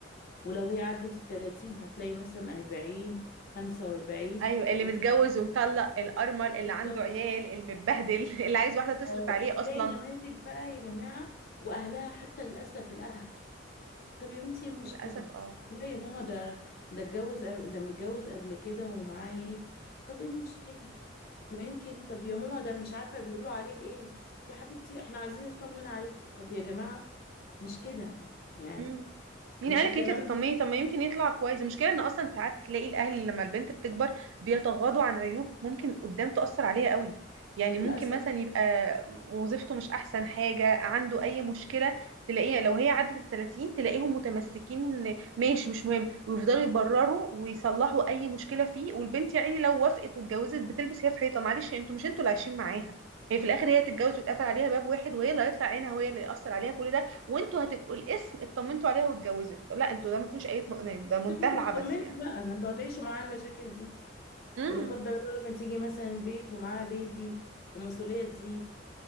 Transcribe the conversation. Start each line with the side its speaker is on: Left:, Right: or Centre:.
Left: ولو هي عدت التلاتين هتلاقي مثلا أربعين خمسة وأربعين
Right: ايوه اللي
Left: وتلاقي
Right: متجوز ومطلق الارمل اللي
Left: بالظبط
Right: عنده عيال المتبهدل <laughs> اللي عايز واحده تصرف
Left: آه،
Right: عليه
Left: تلاقي
Right: اصلا
Left: نماذج بقى يا جماعة وأهلها حتى للأسف الأهل طب يا بنتي ايه المشكلة؟
Right: للاسف اه
Left: لا يا ماما ده ده اتجوز قبل- ده متجوز قبل كده ومعاه ايه؟ طب ايه المشكلة؟ ما يمكن طب يا ماما ده مش عارفة بيقولوا عليه ايه؟ يا حبيبتي احنا عايزين نطمن عليكي طب يا جماعة مش كده يعني
Right: مم. مين
Left: مش
Right: قالك
Left: الكلام
Right: انت هتطمني
Left: ده
Right: طب ما يمكن يطلع كويس المشكله ان اصلا ساعات تلاقي الاهل لما البنت بتكبر بيتغاضوا عن عيوب ممكن قدام تاثر عليها قوي يعني
Left: للأسف
Right: ممكن مثلا يبقى وظيفته مش احسن حاجه عنده اي مشكله تلاقيها لو هي عدت ال 30 تلاقيهم متمسكين ماشي مش مهم ويفضلوا يبرروا ويصلحوا اي مشكله فيه والبنت يا عيني لو وافقت واتجوزت بتلبس هي في حيطه معلش انتوا مش انتوا اللي عايشين معاها هي في الاخر هي تتجوز ويتقفل عليها باب واحد وهي اللي هيطلع عينها وهي اللي ياثر عليها كل ده وانتوا هتبقوا الاسم اطمنتوا عليها واتجوزت طب لا انتوا ده ما فيهوش اي اطمئنان ده منتهى
Left: بتدوقوا
Right: العبث
Left: اطمنتوا
Right: يعني
Left: بقى ما انتوا هتعيشوا معاه المشاكل دي
Right: امم
Left: ولا قدر الله لما تيجي مثلا البيت ومعاها بيبي ومسؤولية تزيد